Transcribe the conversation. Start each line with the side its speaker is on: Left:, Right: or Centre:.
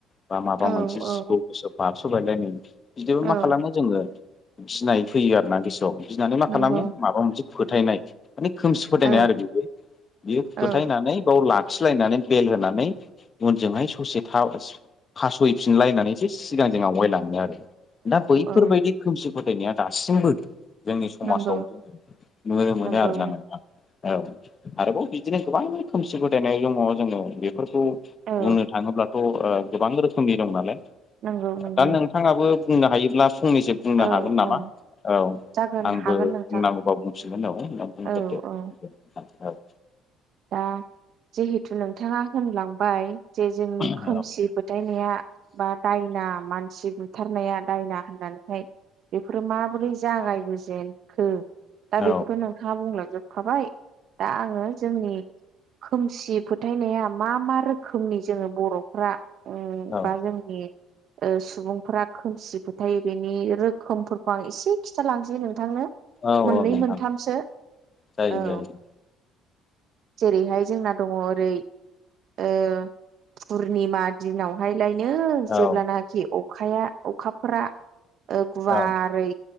Left: बा माबा
Right: औ
Left: मोनसे
Right: औ
Left: जिबौ गोसोम बारस'बायलायनो बिदियाव
Right: औ
Left: मा खालामो जोङो गिनाय फैयो आरोना गोसोआव गिनानै मा
Right: नंगौ
Left: खालामो माबा मोनसे फोथायनाय माने खोमसि फोथायनाय
Right: औ
Left: आरो बेबो बेयो फोथायनानै
Right: औ
Left: बाव लाखिलायनानै बेल होनानै उनजोंहाय ससे था फासयफिनलायनानैसो सिगांजों आवगायलाङो आरो। दा बैफोरबायदि
Right: औ
Left: खोमसि फोथायनाया दासिमबो जोंनि समाजाव
Right: नंगौ
Left: जोङो नुनो मोनो
Right: नंगौ
Left: आरोना नोंथां। औ आरोबाव बिदिनो गोबां खोमसि फोथायनाय दङ जोङो बेफोरखौ
Right: औ
Left: बुंनो थाङोब्लाथ' ओ गोबां रोखोमनि दं नालाय
Right: नंगौ नंगौ
Left: दा नों थाङाबो बुंनो हायोब्ला फंनैसो बुंनो
Right: औ
Left: हागोन नामा
Right: औ
Left: औ
Right: जागोन
Left: आंबो
Right: हागोन
Left: बुंनांगौबा
Right: नोंथां
Left: बुंफिनगोन औ नों बुंग्रोदो।
Right: औ औ
Left: <unintelligible>
Right: दा जिहेथु नोंथाङा होनलांबाय जे जोंनि
Left: औ
Right: खोमसि फोथायनाया बा दायना मानसि बु थारनाया दायना होननानैहाय बेफोरो माबोरै जागायबोजेनखो। दा
Left: औ
Right: बेखौथ' नोंथाङा बुंलांजोबखाबाय दा आङो जोंनि खोमसि फोथायनाया मा मा रोखोमनि जोङो बर'फ्रा उम
Left: औ
Right: बा जोंनि ओ सुबुंफोरा खोमसि फोथायो बेनि रोखोमफोरखौ आं एसे खिन्थालांसै नोंथांनो।
Left: औ
Right: मोननै
Left: नोंथां
Right: मोनथामसो औ।
Left: जायो जायो
Right: जेरैहाय जोंना दङ ओरै ओ पुर्निमा दिनावहायलायनो जेब्लानाखि
Left: औ
Right: अखाया अखाफोरा ओ गुवारै
Left: औ